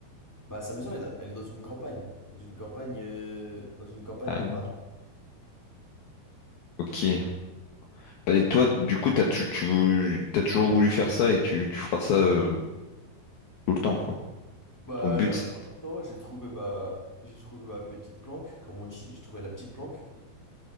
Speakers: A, in the centre; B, on the left (about 65°).
A: Bah, sa maison, elle est, dans elle est dans une campagne, dans une campagne, euh, dans une campagne
B: Ah
A: de
B: oui.
A: Paris.
B: Ok. Bah, Et toi, du coup, t'as, tu, tu, veux- t'as toujours voulu faire ça et tu, tu feras ça euh, tout le temps, quoi.
A: Bah
B: ton but.
A: là, pour l'instant, j'ai trouvé ma... j'ai trouvé ma petite planque, comme on dit, j'ai trouvé la petite planque.